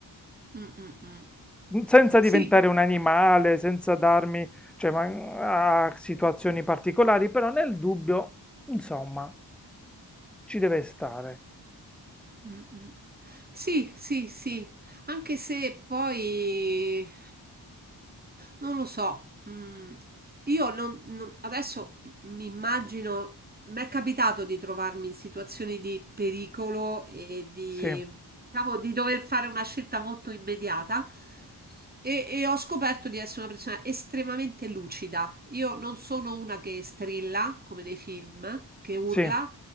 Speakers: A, on the right (about 25°); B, in the centre.
A: Mm, mm, mm.
B: Mm, senza diventare
A: Sì,
B: un animale, senza darmi, cioè, ma- a situazioni particolari, però nel dubbio, insomma, ci deve stare.
A: Mm, mm. Sì, sì, sì, anche se poi non lo so. mm, Io non, non- adesso mi immagino, mi è capitato di trovarmi in situazioni di pericolo e di,
B: Sì,
A: diciamo, di dover fare una scelta molto immediata e, e ho scoperto di essere una persona estremamente lucida. Io non sono una che strilla, come nei film, che urla,
B: sì.